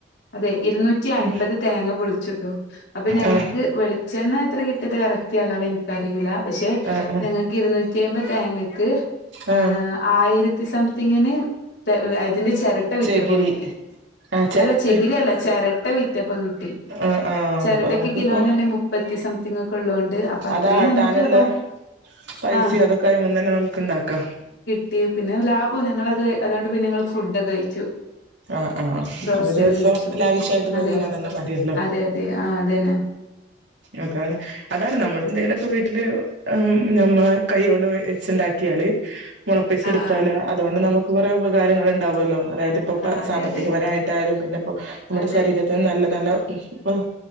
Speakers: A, on the left (about 70°); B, on the right (about 75°).
A: അതെ ഇരുന്നൂറ്റി അൻപത്
B: ഉം
A: തേങ്ങ പൊളിച്ചുട്ടോ അപ്പൊ ഞങ്ങക്ക്
B: ആ
A: വെളിച്ചെണ്ണ എത്ര കിട്ടിയത് കറക്റ്റി അളവെനി ക്കറിയൂല പക്ഷെ
B: ആ ആ
A: ഞങ്ങക്ക് ഇരുന്നൂറ്റി എമ്പ തേങ്ങക്ക്
B: ആ
A: ഏഹ് ആയിര ത്തി സംതിങ്ങിന് തെ വെ ഇതിന്റെ ചെരട്ട വിറ്റപ്പോ
B: ചകിരി
A: കിട്ടി
B: ആ ചിരട്ട
A: അല്ല ചെകിരിയല്ല ചെരട്ട വിറ്റപ്പ കിട്ടി
B: ആഹ് ആഹ് ആഹ്
A: ചിരട്ടക്ക്
B: അപ്പൊ നമുക്കിപ്പോ
A: കിലോനന്നെ മുപ്പത്തി സംതിങ് ഒക്കെ ഉള്ളോണ്ട് അപ്പൊ അത്രയും
B: അതാട്ടാനുള്ളെ
A: നമുക്ക് അപ്പൊ
B: പൈസയും
A: ആഹ്
B: അതൊക്കെ അയുമ്മേന്നന്നെ നമുക്കുണ്ടാക്കാം
A: ട്ടി പിന്നെ ലാഭോ ഞങ്ങളത് അതുകൊണ്ട് പിന്നെ ഞങ്ങള് ഫുഡ് ഒക്കെ കഴിച്ചു
B: ആഹ് ആഹ്
A: ബ്രോസ്റ്റഡ്
B: ഒരു ദിവസം
A: കഴിച്ചു
B: ലാവിശായിട്ട് കഴിയാൻ
A: അതെ
B: അതന്നെ മതിയല്ലോ
A: അതെ അതെ ആഹ് അതന്നെ
B: അതാണ് അതാണ് നമ്മള് എന്തേലു ഒക്കെ വീട്ടില് നമ്മളെ കൈഓണ്ട് വെച്ചുണ്ടാക്കിയാല് മുളപ്പിച്ചെടുത്താല്
A: ആഹ് ആഹ്
B: അതുകൊണ്ട് നമുക്ക് കുറെ ഉപകാരങ്ങൾ ഉണ്ടാവുവല്ലോ അതായത് ഇപ്പ
A: ആഹ് അതെ
B: സാമ്പത്തികപരായിട്ടായാലും
A: അതെ
B: പിന്നിപ്പോ നമ്മുടെ
A: അതെ
B: ശരീരത്തിന് നല്ല നല്ല ഇപ്പൊ